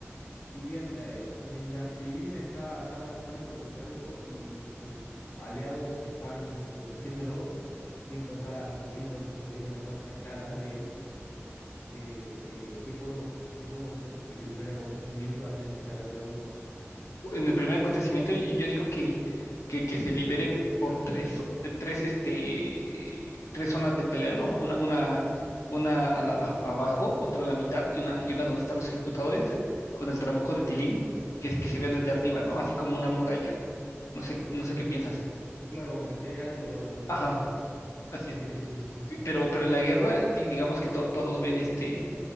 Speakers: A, on the left (about 40°); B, on the left (about 85°).
A: Y bien, eh, eh, mientras Tivin está, está avanzando por el Trauco y sus aliados están protegiéndolo, sin contar a su sobrino, que su sobrino no está, está atrás de él, eh, eh, ¿qué podemos, qué podemos hacer que el primer acontecimiento antes de llegar al Trauco?
B: en el primer acontecimiento, y yo digo que, que, que se libere por tres, te- tres, este, tres zonas de pelea, ¿no? Una, una, una a la- a- abajo, otra a la mitad y una, y una donde están los ejecutadores con el trabuco de Tilín, que, que se ve desde arriba, ¿no? Así como una muralla. No sé, no sé qué piensas.
A: Claro, como que estén en alto lo- lo- los,
B: Ajá,
A: los cosas.
B: así es.
A: Sí, sí, sí, sí, sí, sí,
B: P- Pero,
A: sí.
B: pero en la guerra, di- digamos que to- todos ven este